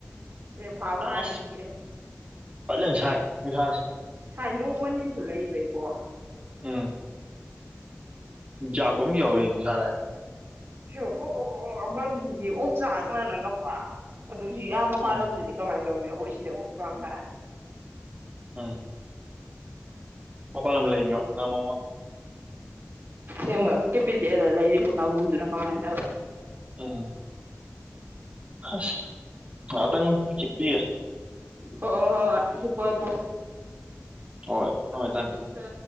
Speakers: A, on the right; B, on the right.
A: ꯑꯗꯩ ꯐꯥꯕ ꯍꯥꯟꯅꯤꯡꯕꯒꯤ
B: ꯑꯁ ꯄꯖ
A: ꯁꯥꯏ ꯅꯣꯡꯃꯅꯤꯟꯁꯨ ꯂꯩꯕꯩꯀꯣ
B: ꯎꯝ ꯌꯥꯥꯛꯄ ꯑꯃ ꯌꯥꯎꯔꯤ ꯅꯨꯡꯁꯥꯥꯔꯥꯢ
A: ꯍꯦꯕ ꯄꯣꯄꯣ ꯑꯃ ꯃꯤꯁꯦ ꯑꯣꯝ ꯆꯥꯡꯅꯔꯒ ꯄꯨꯔꯥ ꯑꯗꯨ ꯁꯤ ꯌꯥꯝꯕꯥꯂꯝꯅꯤ
B: ꯎꯝ
A: ꯀꯃꯥꯏꯅ ꯇꯧꯝꯃꯤꯅ ꯈꯣꯢ ꯁꯤꯗꯕꯨ ꯁꯋꯥꯝ ꯁꯥꯔꯗꯤ
B: ꯎꯝ ꯃꯄꯥꯂꯝ ꯂꯩ ꯉꯃꯝꯃꯣꯢ
A: ꯁꯦꯝꯃ ꯀꯦꯄꯤꯇꯦꯜꯗ ꯂꯩꯕ ꯀꯥꯎꯕꯨꯗꯅꯣ ꯀꯃꯥꯏꯅ ꯇꯧ
B: ꯎꯝ ꯑꯁ ꯉꯥꯛꯇꯪ ꯆꯤꯞꯄꯤꯒꯦ
A: ꯍꯣ ꯍꯣ ꯍꯣꯍꯣꯢ ꯍꯤꯄꯣ ꯍꯤꯄꯣ
B: ꯍꯣꯏ ꯊꯝꯃꯦ ꯊꯝꯃꯦ
A: ꯎ ꯍ